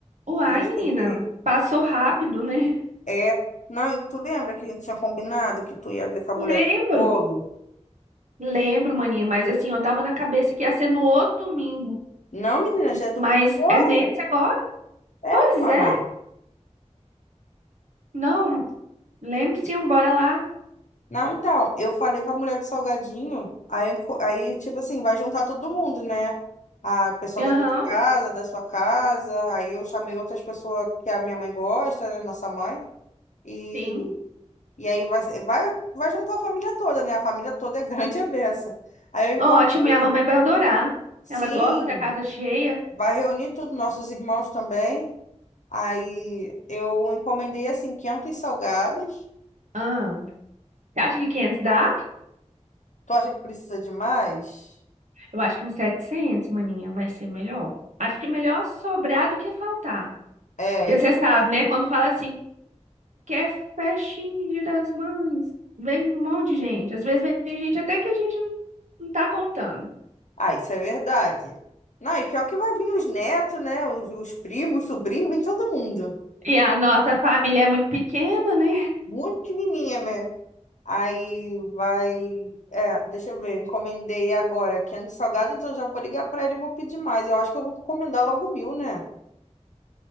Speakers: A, on the right; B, on the left.
A: Uai,
B: A gente
A: menina.
B: tem que.
A: Passou rápido, né?
B: É. Não, e tu lembra que a gente tinha combinado que tu ia ver com a mulher
A: Lembro.
B: do bolo?
A: Lembro, maninha, mas assim, eu tava na cabeça que ia ser no outro domingo.
B: Não, menina, já é domingo
A: Mas
B: agora.
A: é nesse agora?
B: É,
A: Pois
B: mana.
A: é. Não, lembro sim, bora lá.
B: Não, então, eu falei com a mulher do salgadinho, aí, enco- aí tipo assim, vai juntar todo mundo, né? A pessoa
A: Aham,
B: daqui de casa, da sua casa, aí eu chamei outras pessoas que a minha mãe gosta, né? Nossa mãe. E,
A: sim.
B: e aí vai, ser- vai, vai juntar a família toda, né? A família toda é <laughs> grande e é beça. Aí eu encomendei,
A: Ótimo, minha mamãe vai adorar.
B: sim,
A: Ela gosta da casa cheia.
B: vai reunir tudo, nossos irmãos também. Aí eu encomendei, assim, 500 salgados.
A: Ah, você acha que 500 dá?
B: Tu acha que precisa de mais?
A: Eu acho que uns 700, maninha, vai ser melhor. Acho que melhor sobrar do que faltar.
B: É,
A: Porque
B: isso
A: você sabe,
B: é. né?
A: né? Quando fala assim, que é festinha Dia das mães, vem um monte de gente. Às vezes vem gente até que a gente não, não tá contando.
B: Ah, isso é verdade. Não, e pior que vai vir os netos, né? Os, os primos, sobrinhos, vem todo mundo.
A: E a nossa família é muito pequena, né?
B: Muito pequenininha, né? Aí vai. É, deixa eu ver, eu encomendei agora quente salgado, então já vou ligar pra ele e vou pedir mais. Eu acho que eu vou encomendar logo mil, né?